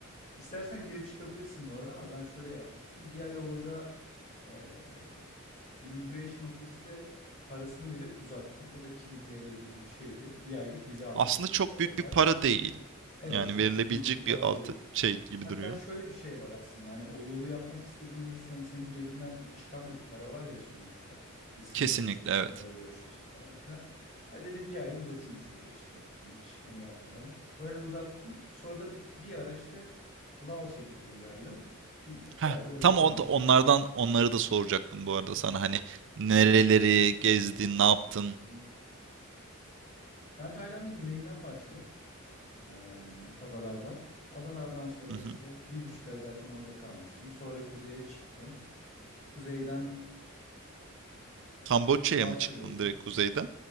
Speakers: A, on the left; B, on the right.
A: istersen girip çıkabilirsin bu arada ama ben şöyle yapmıştım. bir ay orada, eee, immigration ofiste parasını verip uzattım. O da ₺2000 gibi bir şeydi. Bir aylık vize almış
B: Aslında
A: oldum
B: çok
A: parayla.
B: büyük bir para değil.
A: Evet,
B: Yani
A: çok
B: verilebilecek
A: büyük bir para
B: bir altı
A: değil
B: şey gibi
A: Hatta
B: duruyor.
A: şöyle bir şey var aslında hani o yolu yapmak istediğinde sen, senin cebinden çıkan da bir para var ya sonuçta. Bir sınır
B: Kesinlikle
A: geçiyorsun
B: evet.
A: oraya ulaşıyorsun falan filan. Ya dedim bir ay uzatayım şurada işte Hani hiç onu yapmadan. Öyle uzattım. Sonra da bir, bir ara işte Laos'a gittim geldim. Bir iki
B: Heh,
A: ayda öyle
B: tam
A: kalmış
B: on, onlardan
A: oldum.
B: onları da soracaktım bu arada sana hani nereleri gezdin, ne yaptın?
A: Hı hı. Ben Tayland'ın güneyinden başladım. Ee, adalardan. Adalardan sonra
B: Hı hı.
A: işte bir buçuk ay zaten orada kalmıştım. Sonra kuzeye çıktım. Kuzeyden
B: Kamboçya'ya
A: Laos'a
B: mı çıktın
A: geçtim.
B: direkt kuzeyden?